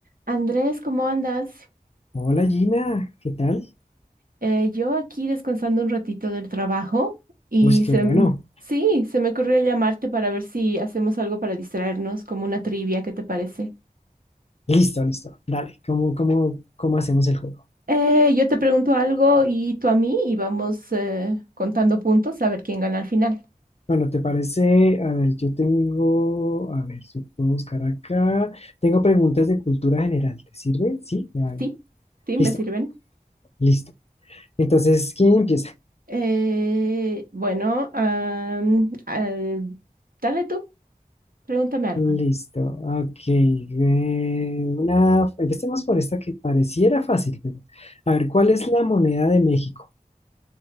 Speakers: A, on the right (about 70°); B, on the left (about 45°).
A: Andrés, ¿cómo andas?
B: Hola Gina, ¿qué tal?
A: Eh, yo aquí descansando un ratito del trabajo y
B: Uy qué
A: se,
B: bueno.
A: m- sí, se me ocurrió llamarte para ver si hacemos algo para distraernos, como una trivia, ¿qué te parece?
B: Listo, listo. Dale, ¿cómo, cómo, cómo hacemos el juego?
A: Eh, yo te pregunto algo y tú a mí y vamos eh, contando puntos a ver quién gana al final.
B: Bueno, ¿te parece? A ver, yo tengo, a ver, yo puedo buscar acá. Tengo preguntas de cultura general. ¿Te sirve? Sí, ya,
A: ¿Sí? ¿Sí? ¿Me
B: Listo,
A: sirven?
B: listo. Entonces, ¿quién empieza?
A: Eh, bueno, am, al- dale tú, pregúntame algo.
B: Listo, ok. eh, una, empecemos por esta que pareciera fácil, pero- A ver, ¿cuál es la moneda de México?